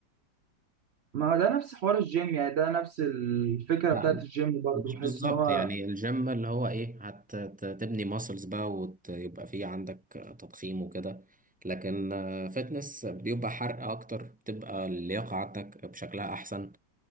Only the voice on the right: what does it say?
ما هو ده نفس حوار الجيم يعني ده نفس الفكره
بتاعت الجيم برضه
بحس
ان هو